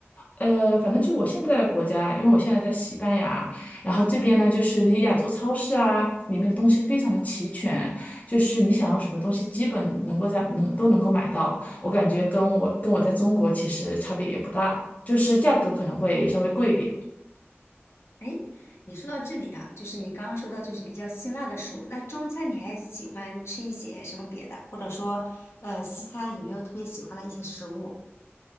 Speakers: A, on the left; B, on the left.
A: 呃，反正就我现在的国家，因为我现在在西班牙，然后这边呢，就是那些亚洲超市啊，里面的东西非常的齐全，就是你想要什么东西，基本能够在能都能够买到。我感觉跟我跟我在中国其实差别也不大，就是价格可能会稍微贵一点。
B: 哎，你说到这里啊，就是你刚刚说到就是比较辛辣的食物，那中餐你还喜欢吃一些什么别的，或者说呃西餐有没有特别喜欢的一些食物？